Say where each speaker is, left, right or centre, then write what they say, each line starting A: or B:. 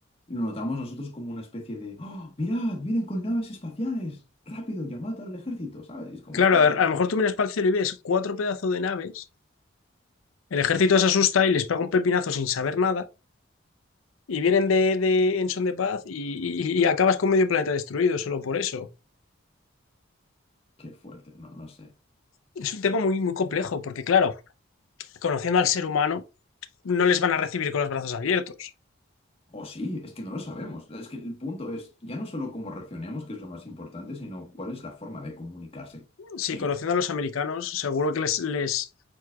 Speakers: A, on the left; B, on the left.
A: lo notamos nosotros como una especie de, ¡Oh, mirad, vienen con naves espaciales! ¡Rápido, llamad al ejército! ¿Sabes? Y es como,
B: Claro,
A: ¡boom!
B: a ver, a lo mejor tú miras para el cielo y ves cuatro pedazos de naves, el ejército se asusta y les pega un pepinazo sin saber nada, y vienen de, de en son de paz y, y- y acabas con medio planeta destruido solo por eso.
A: ¡Qué fuerte! No, no sé.
B: Es un tema muy, muy complejo, porque claro, conociendo al ser humano, no les van a recibir con los brazos abiertos.
A: O sí, es que no lo sabemos. Es que el punto es ya no solo cómo reaccionemos, que es lo más importante, sino cuál es la forma de comunicarse
B: Sí,
A: ellos.
B: conociendo a los americanos, seguro que les, les